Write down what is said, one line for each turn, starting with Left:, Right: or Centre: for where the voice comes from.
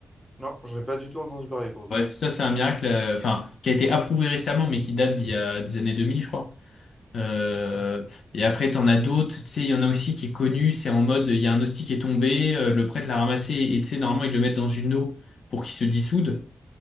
Centre: Non, j'en ai pas du tout entendu parler pour le
Left: Bref,
Centre: coup.
Left: ça c'est un miracle, euh, enfin, qui a été approuvé récemment, mais qui date d'il y a des années 2000, je crois. Euh,
Centre: Mm.
Left: et après, t'en as d'autres, tu sais, il y en a aussi qui est connu, c'est en mode, il y a un hostie qui est tombé, euh, le prêtre l'a ramassé, et tu sais, normalement, ils le mettent dans une eau pour qu'il se dissoude,